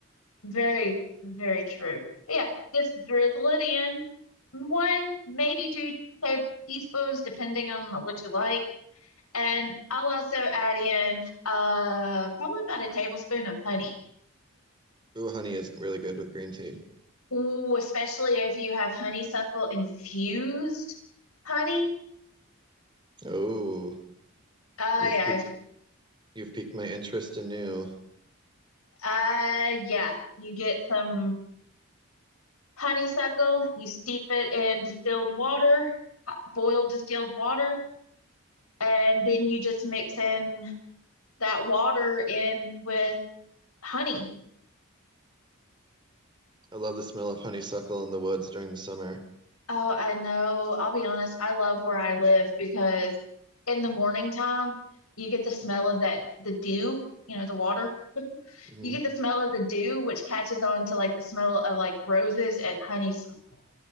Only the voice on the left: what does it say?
Very, very true. yeah, just drizzle it in. One, maybe two ta- teaspoons, depending on what you like. And I'll also add in uh probably about a tablespoon of honey.
Ooh, especially if you have honeysuckle infused honey.
Uh
yeah,
if,
uh yeah, you get some honeysuckle, you steep it in distilled water, hot- boiled distilled water, and then you just mix in that water in with honey.
Oh, I know. I'll be honest. I love where I live because in the morning time, you get the smell of that, the dew, you know, the water.
You get the smell of the dew, which catches on to like the smell of like roses and honeysuckle.